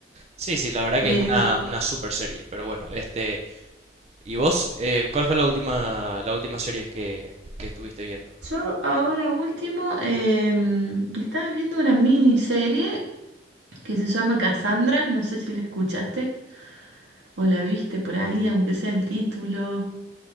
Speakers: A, on the right (about 35°); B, on the right (about 80°).
A: Sí, sí, la verdad
B: Eh,
A: que es una, una super serie. Pero bueno, este. ¿Y vos, eh, cuál fue la última, la última serie que, que estuviste viendo?
B: Yo ahora último em, estaba viendo una miniserie que se llama Cassandra, no sé si la escuchaste o la viste por ahí, aunque sea el título.